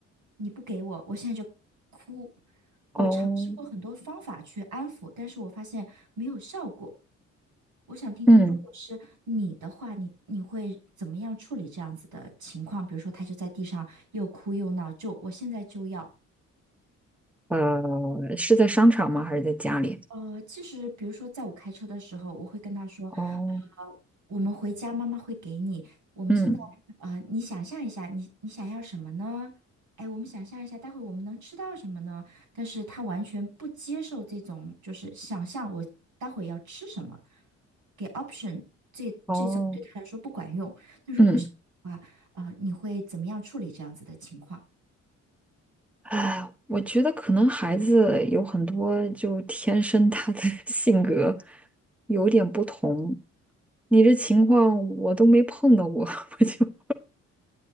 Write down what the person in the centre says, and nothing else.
哦，
嗯，
呃，是在商场吗？还是在家里？
哦，
嗯
哦，
嗯，
哎，我觉得可能孩子有很多就天生他的 <laughs> 性格有点不同，你这情况我都没碰到过，<laughs> 我